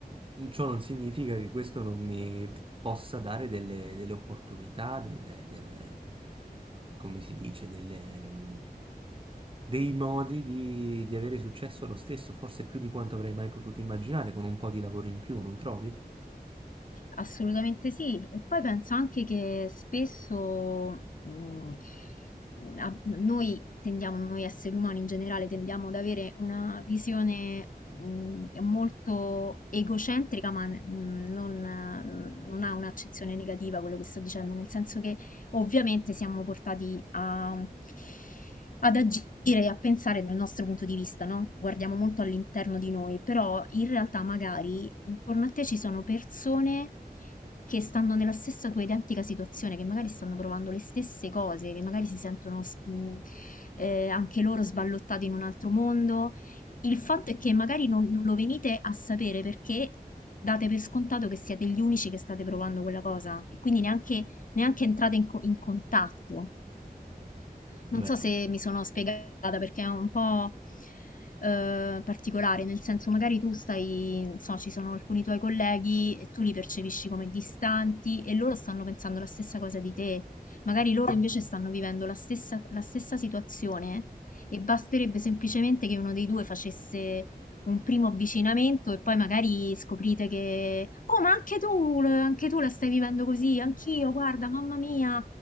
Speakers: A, on the right (about 35°); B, on the left (about 55°).
A: ciò non significa che questo non mi possa dare delle, delle opportunità, delle, delle- come si dice, delle, mh, dei modi di, di avere successo lo stesso, forse più di quanto avrei mai potuto immaginare, con un po' di lavoro in più, non trovi?
B: assolutamente sì. E poi penso anche che spesso mm, a- noi tendiamo, noi esseri umani in generale, tendiamo ad avere una visione mm, molto egocentrica, ma mm, non, eh, non ha un'accezione negativa quello che sto dicendo, nel senso che ovviamente siamo portati a, ad agire e a pensare dal nostro punto di vista, no? Guardiamo molto all'interno di noi, però in realtà magari intorno a te ci sono persone che stanno nella stessa tua identica situazione, che magari stanno provando le stesse cose, che magari si sentono s- mh, eh, anche loro sballottati in un altro mondo. Il fatto è che magari non, non lo venite a sapere perché date per scontato che siete gli unici che state provando quella cosa e quindi neanche neanche entrata in co in contatto.
A: Vero.
B: Non so se mi sono spiegata perché è un po' eh, particolare, nel senso magari tu stai, non so, ci sono alcuni tuoi colleghi e tu li percepisci come distanti e loro stanno pensando la stessa cosa di te. Magari loro invece stanno vivendo la stessa, la stessa situazione e basterebbe semplicemente che uno dei due facesse un primo avvicinamento e poi magari scoprite che, oh, ma anche tu, anche tu la stai vivendo così, anch'io, guarda, mamma mia.